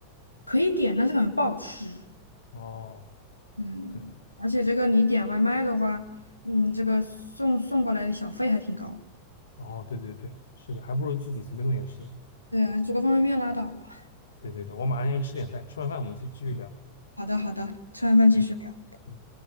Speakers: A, on the left; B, on the left.
A: 可以点，但是感觉不好吃。
B: 哦，
A: 嗯，
B: 对，
A: 而且这个你点外卖的话，嗯，这个送送过来的小费还挺高。
B: 哦，对对对，是的，还不如自己随便弄点吃。
A: 对啊，煮个方便面拉倒吧。
B: 对对对，我马上先去吃点饭，吃完饭我们就继续聊。
A: 好的好的，吃完饭继续聊。
B: 嗯嗯。